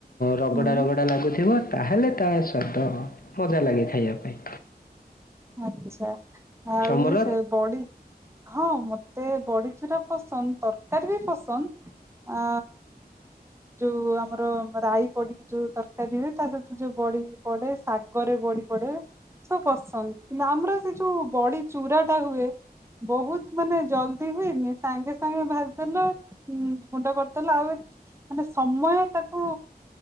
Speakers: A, on the left; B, on the right.
A: ରଗଡ଼ା
B: ହୁଁ
A: ରଗଡ଼ା ଲାଗୁଥିବ ତାହେଲେ ତା ସ୍ୱାଦ ହଁ ମଜା ଲାଗେ ଖାଇବା ପାଇଁ।
B: ଆଚ୍ଛା ଆଉ
A: ତମର
B: ବି ସେ ବଡି ହଁ ମତେ ବଡି ଚୁରା ପସନ୍ଦ, ତରକାରୀ ବି ପସନ୍ଦ। ଆ ଯୋଉ ଆମର ରାଇ ପଡିକି ଯୋଉ ତରକାରୀ ହୁଏ ତା ସହିତ ଯୋଉ ବଡି ପଡେ, ଶାଗରେ ବଡି ପଡେ ସବୁ ପସନ୍ଦ। କିନ୍ତୁ ଆମର ସେ ଯୋଉ ବଡି ଚୁରା ଟା ହୁଏ ବହୁତ ମାନେ ଜଲଦି ହୁଏନି ସାଙ୍ଗେ ସାଙ୍ଗେ ଭାଜିଦେଲ, ଉଁ ଗୁଣ୍ଡ କରିଦେଲ ଆଉ ଏ ମାନେ ସମୟ ତାକୁ